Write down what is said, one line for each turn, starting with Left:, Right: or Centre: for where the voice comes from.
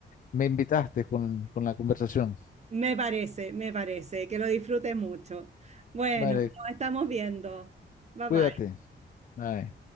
Left: me invitaste con, con la conversación.
Right: me parece, me parece. Que lo disfrutes mucho. Bueno,
Left: Vale,
Right: nos estamos viendo. Bye
Left: cuídate.
Right: bye.
Left: Bye.